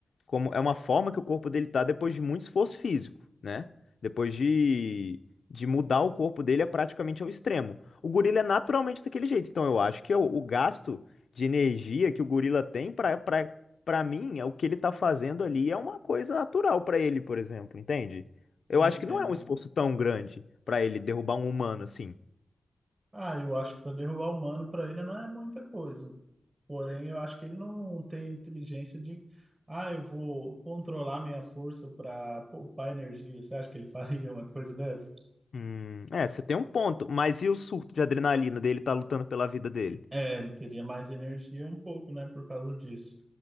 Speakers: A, on the left (about 75°); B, on the right (about 30°).
A: como, é uma forma que o corpo dele tá depois de muito esforço físico, né? Depois de, de mudar o corpo dele é praticamente ao extremo. O gorila é naturalmente daquele jeito. Então eu acho que é o, o gasto de energia que o gorila tem para para para mim, é o que ele tá fazendo ali é uma coisa natural para ele, por exemplo, entende? Eu
B: Entendo.
A: acho que não é um esforço tão grande para ele derrubar um humano assim.
B: Ah, eu acho que para derrubar o humano para ele não é muita coisa. Porém, eu acho que ele não tem inteligência de, ah, eu vou controlar minha força para poupar energia. Você acha que ele <laughs> faria uma coisa dessa?
A: Hum, é, você tem um ponto, mas e o surto de adrenalina dele tá lutando pela vida dele?
B: É, ele teria mais energia um pouco, né, por causa disso.